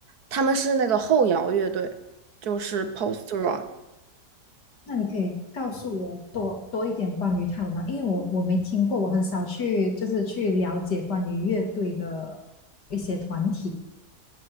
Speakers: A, on the right; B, on the left.
A: 他们是那个后摇乐队，就是 post rock。
B: 那你可以告诉我多多一点关于他们吗？因为我我没听过，我很少去就是去了解关于乐队的一些团体。